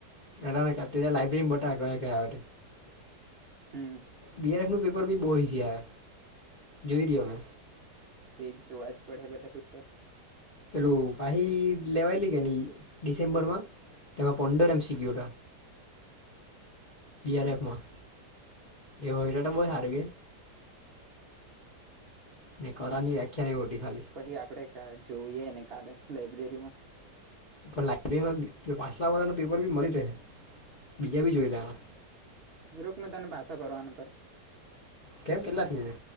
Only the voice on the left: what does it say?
દા ત <unintelligible> લાઈબ્રેરી બટા ખયા
બીઆર નું પેપર બી બહુ ઇઝી આવે જોઈ રહ્યો મેં
પેલું વાહી લેવાયેલી કી ને ડિસેમ્બર માં તેમાં પડોરમ શિકુટ બીઆરફ
માં એવું એટલે બહુ સારું કે નહી કર નની વ્યાખ્યાનીહી બોટી ખાલી
પણ લાયબ્રેરી ના પાછલા વળના પેપર બી મળી રહે બીજા બી જોઈ લેવાના
કેમ કેટલા થ છે